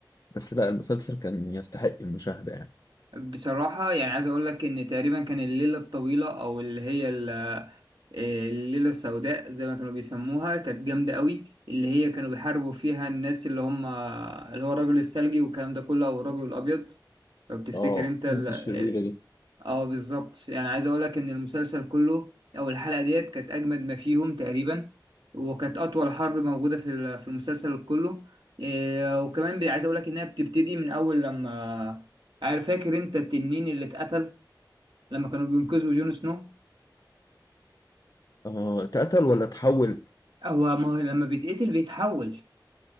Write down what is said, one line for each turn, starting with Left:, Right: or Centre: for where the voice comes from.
Left: بس لا المسلسل كان يستحق المشاهدة يعني
Right: بصراحة يعني عايز اقول لك ان تقريبا كان الليلة الطويلة او اللي هي ال- آه، الليلة السوداء زي ما كانوا بيسموها كانت جامدة قوي اللي هي كانوا بيحاربوا فيها الناس اللي هم اللي هو الرجل الثلجي والكلام ده كله او الرجل الابيض لو تفتكر
Left: اه
Right: انت ال...
Left: الناس
Right: ال-
Left: الشريرة دي
Right: اه بالظبط يعني عايز اقول لك ان المسلسل كله او الحلقه ديت كانت اجمد ما فيهم تقريبا وكانت اطول حرب موجوده في ال- في المسلسل كله إيه، وكمان بي- عايز اقول لك انها بتبتدي من اول لما عارف فاكر انت التنين اللي اتقتل لما كانوا بينقذوا جون سنو
Left: اه اتقتل ولا اتحول
Right: هو ما هو لما بيتقتل بيتحول